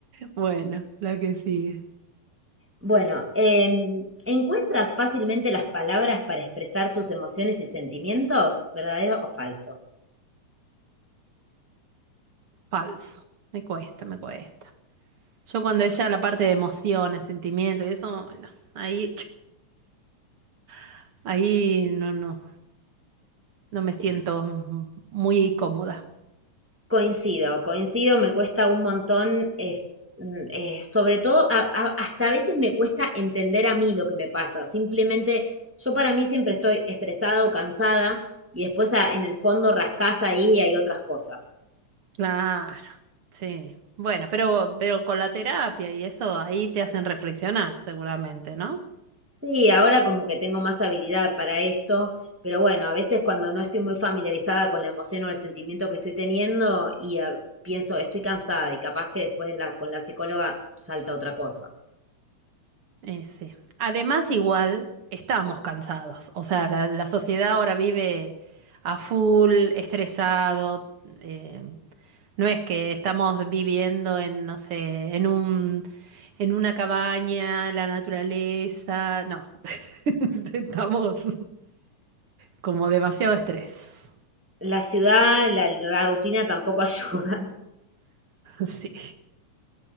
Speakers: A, on the right (about 50°); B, in the centre.
A: Bueno, la que sigue.
B: Bueno, em, ¿encuentras fácilmente las palabras para expresar tus emociones y sentimientos? ¿Verdadero o falso?
A: Falso. Me cuesta, me cuesta. Yo cuando ella la parte de emociones, sentimientos y eso, no, ahí, <laughs> ahí no, no, no me siento
B: Sí,
A: m- muy cómoda.
B: Coincido, coincido, me cuesta un montón, eh, mm, eh, sobre todo, a- a- hasta a veces me cuesta entender a mí lo que me pasa. Simplemente, yo para mí siempre estoy estresada o cansada y después a- en el fondo rascás ahí y hay otras cosas.
A: Claro, sí. Bueno, pero, pero con la terapia y eso, ahí te hacen reflexionar seguramente, ¿no?
B: Sí, ahora como que tengo más habilidad para esto, pero bueno, a veces cuando no estoy muy familiarizada con la emoción o el sentimiento que estoy teniendo y ah, pienso, estoy cansada y capaz que después la- con la psicóloga salta otra cosa.
A: Eh, sí. Además, igual estábamos cansados. O sea, la, la sociedad ahora vive a full, estresado. eh, No es que estamos viviendo en, no sé, en un, en una cabaña, en la naturaleza. No, <laughs> estamos como demasiado estrés.
B: la ciudad, la, la rutina tampoco <laughs> ayuda.
A: <laughs> Sí,